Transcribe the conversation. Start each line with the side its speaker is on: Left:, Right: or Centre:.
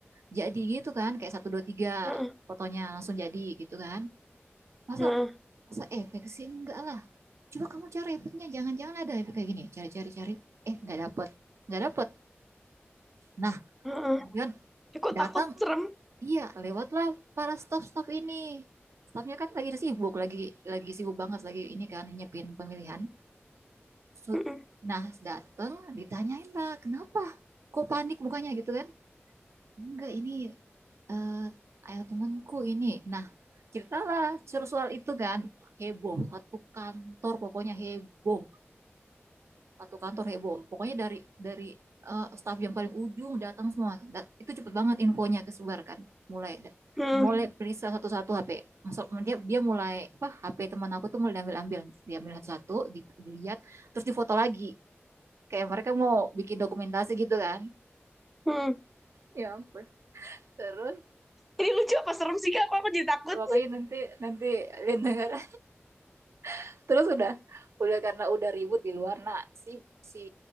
Right: jadi gitu kan kayak satu dua tiga
Centre: Heeh.
Right: fotonya langsung jadi gitu kan masa
Centre: Heeh.
Right: masa efek sih enggak lah coba kamu cari efeknya jangan-jangan ada efek kayak gini cari-cari cari eh nggak dapet nggak dapet nah
Centre: Heeh.
Right: kemudian
Centre: Eh, kok
Right: datang
Centre: takut serem?
Right: iya lewatlah para staff-staff ini staffnya kan lagi sibuk lagi lagi sibuk banget lagi ini kan nyiapin pemilihan So-
Centre: Heeh.
Right: nah datang ditanyain lah kenapa kok panik mukanya gitu kan Enggak, ini eh ayah temanku ini. Nah, ceritalah suruh soal itu kan heboh, satu kantor pokoknya heboh, satu kantor heboh. Pokoknya dari dari eh, staf yang paling ujung datang semua. Da- itu cepet banget infonya kesebarkan. Mulai da-
Centre: Heeh.
Right: mulai periksa satu-satu HP. Maksud dia dia mulai apa HP teman aku tuh mulai diambil-ambil, diambil satu-satu, di- dilihat, terus difoto lagi. Kayak mereka mau bikin dokumentasi gitu kan.
Centre: Heeh.
Right: Ya ampun. Terus
Centre: Ini lucu apa serem sih Kak? Apa aku jadi takut?
Right: pokoknya nanti nanti lihat negara <laughs> terus udah udah karena udah ribut di luar nah si si